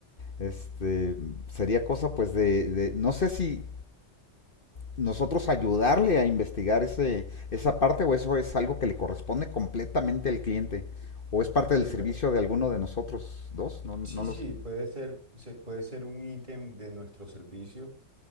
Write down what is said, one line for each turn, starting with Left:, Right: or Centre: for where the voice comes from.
Left: Este, sería cosa pues de, de- no sé si nosotros ayudarle a investigar ese, esa parte o eso es algo que le corresponde completamente al cliente o es parte
Right: Eh,
Left: del servicio
Right: bu-
Left: de alguno de nosotros dos, no, no
Right: sí,
Left: lo
Right: sí,
Left: sé.
Right: puede ser, se- puede ser un ítem de nuestro servicio